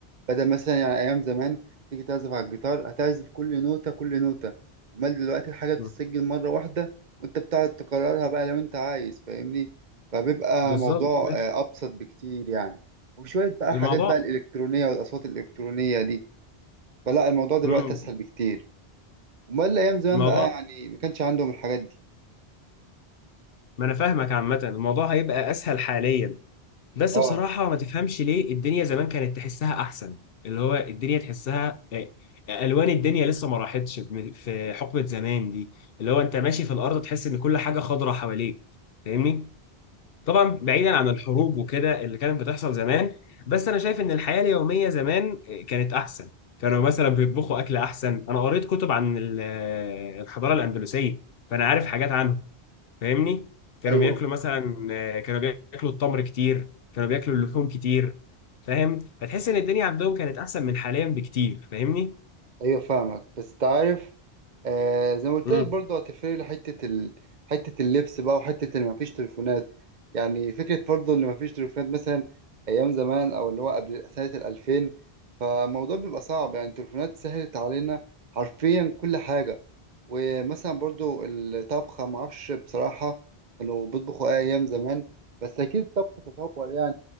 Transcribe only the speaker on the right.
بدل مثلا يعني ايام زمان تيجي تعزف على الجيتار هتعزف كل نوتة كل نوتة امال دلوقتي الحاجة بتتسجل
مرة واحدة وانت بتقعد تكررها بقى لو انت عايز فاهمني فبيبقى
موضوع
آه، ابسط بكتير يعني وشوية بقى
حاجات بقى الالكترونية والاصوات الالكترونية دي فلا الموضوع دلوقتي
اسهل بكتير امال ايام زمان
بقى يعني ما كانش عندهم الحاجات دي
اه
ايوه
ايوه فاهمك بس تعرف آه زي ما قلت
لك برضه هتفرق لي حتة ال... حتة اللبس بقى وحتة اللي مفيش تليفونات يعني فكرة برضه اللي مفيش تليفونات مثلا أيام زمان أو اللي هو قبل سنة الألفين فالموضوع بيبقى صعب يعني التليفونات سهلت علينا حرفيا كل حاجة ومثلا برضه الطبخة معرفش بصراحة كانوا بيطبخوا إيه أيام زمان بس أكيد الطبخ تطور يعني